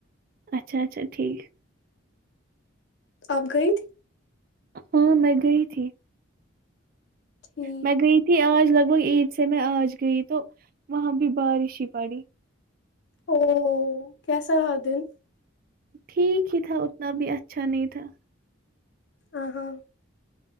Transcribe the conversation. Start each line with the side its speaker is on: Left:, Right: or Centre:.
Right: اچھا اچھا ٹھیک
Left: آپ گئی تھی
Right: ہاں میں گئی تھی
Left: ٹھیک
Right: میں گئی تھی آج لگ وہ عید سے میں آج گئی تو وہاں بھی بارش ہی پڑی
Left: او کیسا رہا دن
Right: ٹھیک ہی تھا اتنا بھی اچھا نہیں تھا
Left: آ <unintelligible>